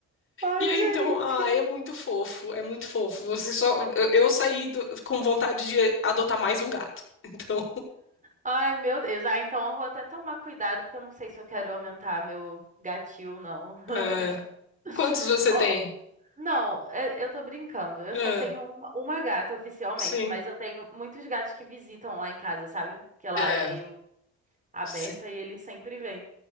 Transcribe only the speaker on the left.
E aí
então, ai, é muito fofo, é muito fofo. Você só, eu, eu saí do- com vontade de adotar mais um gato. <laughs> Então,
é,
quantos você
tem?
É,
sim.
É,
sim.